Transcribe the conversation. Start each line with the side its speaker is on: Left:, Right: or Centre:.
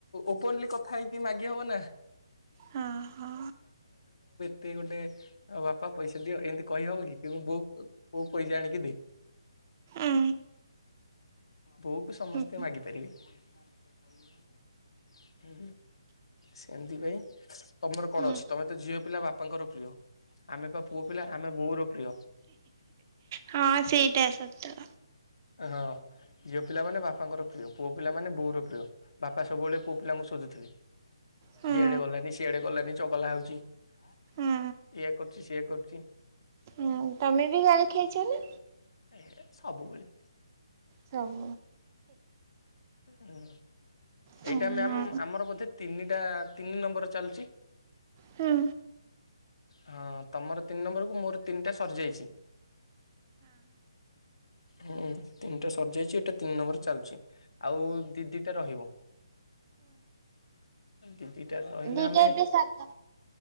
Left: ଓପନଲି କଥା ହେଇକି ମାଗି ହବ ନା <inaudible>
Right: ହଁ ହଁ
Left: ତି ଗୋଟେ ବାପା ପଇସା ଦିଅ ଏମିତି କହିହବ କି କିୁ ବୋଉ ବୋଉ ପଇସା ଆଣିକି ଦେ
Right: ଉଁ
Left: ବୋଉକୁ ସମସ୍ତେ
Right: ହୁଁ
Left: ମାଗିପାରିବେ। ସେମଥି ପାଇଁ ତମର କଣ
Right: ହୁଁ
Left: ଅଛି ତମେ ତ ଝିଅ ପିଲା ବାପାଙ୍କର ପ୍ରିୟ ଆମେ ବା ପୁଅ ପିଲା ଆମେ ବୋଉର ପ୍ରିୟ
Right: ହଁ ସେଇଟା ସତ
Left: ହଁ ଝିଅ ପିଲାମାନେେ ବାପାଙ୍କର ପ୍ରିୟ ପୁଅ ପିଲା ମାନେ ବୋଉର ପ୍ରିୟ ବାପା ସବୁବେଳେ ପୁଅ ପିଲାଙ୍କୁ ଶୋଧୁଥିବେ।
Right: ହୁଁ
Left: ଇଏ ଆଡେ ଗଲାନି ସିଆଡେ ଗଲାନି ଚଗଲା ହଉଛି ଇଏ
Right: ହୁଁ
Left: କରୁଛି ସିଏ କରୁଛି।
Right: ହୁଁ ତମେ ବି ଗାଲି ଖାଇଛ ନା।
Left: ଏ ସବୁବେଳେ
Right: ହବ।
Left: ହୁଁ
Right: ହୁଁ
Left: ଏଇଟାମ
Right: ହଁ।
Left: ଆମର ବୋଧେ ତିନିଟା ତିନି ନମ୍ବର ଚାଲିଛି।
Right: ହଁ।
Left: ହଁ ତମର ତିନି ନମ୍ବର କୁ ମୋର ତିନିଟା ସରିଯାଇଛି। ହୁଁ ତିନଟା ସଯାଇଛି ଏଇଟା ତିନି ନମ୍ବର ଚାଲିଛି। ଆଉ ଦିଦିଟା ରହିବ ଦିଦିଟା ରହିଲେ
Right: ଦିଟା
Left: ଆମେ
Right: ଏବେ ସାରିଦବା